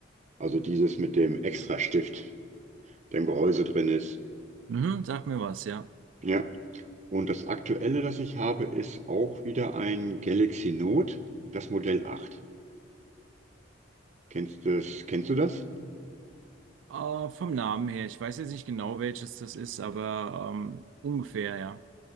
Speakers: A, on the right; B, on the right.
A: Also dieses mit dem extra Stift, der im Gehäuse drin ist.
B: Mhm, sag mir was, ja.
A: Ja. Und das aktuelle, das ich habe, ist auch wieder ein Galaxy Note, das Modell acht Kennst du das, kennst du das?
B: Äh, vom Namen her, ich weiß jetzt nicht genau, welches das ist, aber ähm, ungefähr, ja.